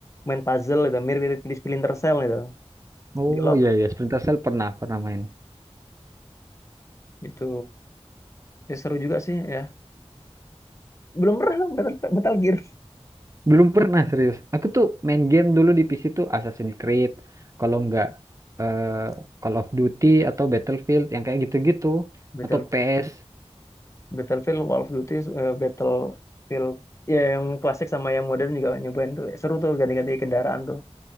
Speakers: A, on the left; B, on the right.
A: main puzzle gitu mirip-mirip di Splinter Cell gitu.
B: oh
A: Di lock
B: iya ya, Splinter Cell pernah pernah main.
A: gitu. Ya, seru juga sih ya. Belum pernah Battle, Battle Gear.
B: Belum pernah serius. Aku tuh main game dulu di PC tuh Assassin's Creed, kalau nggak eh, Call of Duty atau Battlefield yang kayak gitu-gitu
A: Battle,
B: atau PES.
A: Battlefield, Call of Duty, eh, Battlefield ya yang klasik sama yang modern juga nyobain tuh seru tuh ganti-ganti kendaraan tuh